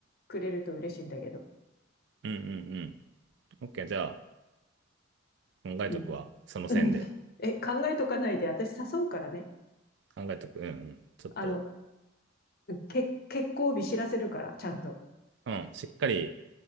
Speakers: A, on the left; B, on the right.
A: くれると嬉しいんだけど。
B: うんうんうん。OK、じゃあ、考えとくわ。
A: うん。うん
B: その線で。
A: <laughs> え、考えとかないで、私誘うからね。
B: 考えとく。うんうん。ちょっと、
A: あの、け、結婚日知らせるから、ちゃんと。
B: うん。しっかり、